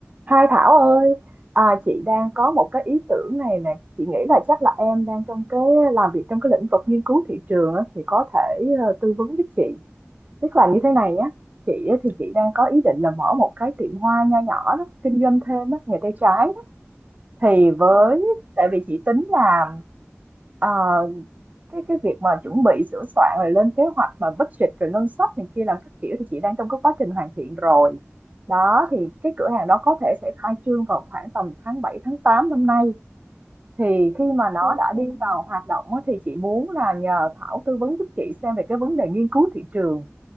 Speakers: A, on the right; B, on the left.
A: Hai Thảo ơi, à, chị đang có một cái ý tưởng này nè, chị nghĩ là chắc là em đang trong cái làm việc trong cái lĩnh vực nghiên cứu thị trường á, thì có thể ờ, tư vấn giúp chị. Tức là như thế này nhé, chị á, thì chị đang có ý định là mở một cái tiệm hoa nho nhỏ đó, kinh doanh thêm á, nghề tay trái đó. Thì với
B: Ờ,
A: tại vì chị tính là Ờ, cái cái việc mà chuẩn bị sửa soạn rồi lên kế hoạch mà budget rồi ngân sách này kia làm các kiểu thì chị đang trong cái quá trình hoàn thiện rồi đó thì cái cửa hàng đó có thể sẽ khai trương vào khoảng tầm tháng 7 tháng 8 năm nay thì khi mà nó
B: cô
A: đã
B: cùng
A: đi vào hoạt động á, thì chị muốn là nhờ Thảo tư vấn giúp chị xem về cái vấn đề nghiên cứu thị trường